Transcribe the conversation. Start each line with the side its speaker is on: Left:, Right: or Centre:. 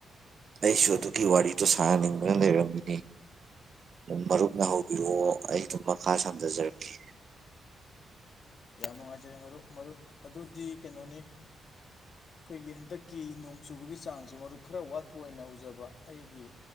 Right: ꯑꯩꯁꯨ ꯑꯗꯨꯒꯤ ꯋꯥꯔꯤꯗꯣ ꯁꯥꯟꯅꯅꯤꯡꯗꯅ ꯂꯩꯔꯝꯃꯤꯅꯤ ꯑꯗꯨ ꯃꯔꯨꯞꯅ ꯍꯧꯕꯤꯔꯛꯑꯣ ꯑꯩ ꯑꯗꯨꯝ ꯃꯈꯥ ꯁꯝꯊꯖꯔꯛꯀꯦ
Left: ꯌꯥꯝ ꯅꯨꯡꯉꯥꯏꯖꯔꯦ ꯃꯔꯨꯞ ꯃꯔꯨꯞ ꯑꯗꯨꯗꯤ ꯀꯩꯅꯣꯅꯤ ꯑꯩꯈꯣꯏꯒꯤ ꯍꯟꯗꯛ ꯀꯤ ꯅꯣꯡ ꯆꯨꯕꯒꯤ ꯆꯥꯡꯁꯦ ꯃꯔꯨꯞ ꯈꯔ ꯋꯥꯠꯄ ꯑꯣꯏꯅ ꯎꯖꯕ ꯑꯩꯒꯤ